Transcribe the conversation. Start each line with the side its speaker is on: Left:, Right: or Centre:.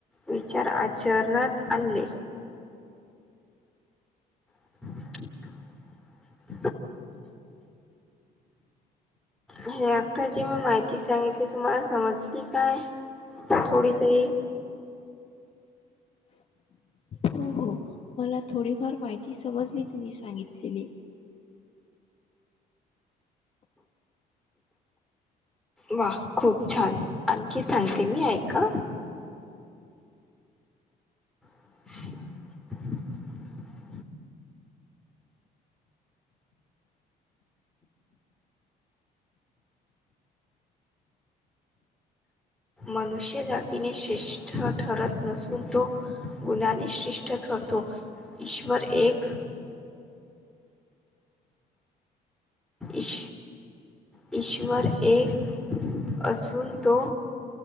Centre: विचार आचरणात आणले. <inaudible> <inaudible> हे आताची मी माहिती सांगितली. तुम्हाला समजली काय थोडी तरी?
Left: हो हो मला थोडीफार माहिती समजली तुम्ही सांगितलेली
Centre: वा खूप छान आणखी सांगते मी ऐका <inaudible> मनुष्य जातीने श्रेष्ठ ठरत नसून तो गुणाने श्रेष ठरतो ईश्वर एक इश ईश्वर एक असून तो